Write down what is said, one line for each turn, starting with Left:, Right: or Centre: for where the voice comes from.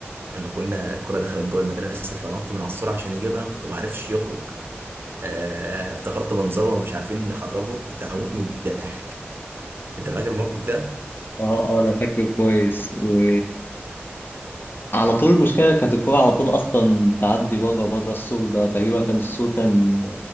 Right: لما كنا الكرة دخلت جوه المدرسة فنط من على السور عشان يجيبها وما عرفش يخرج آه، افتكرت منظره ومش عارفين نخرجه كنت هموت من الضحك أنت فاكر الموقف ده؟
Left: اه اه انا فاكره كويس و على طول المشكله كانت الكوره على طول اصلا تعدي بره بره السور ده تقريبا كان السور كان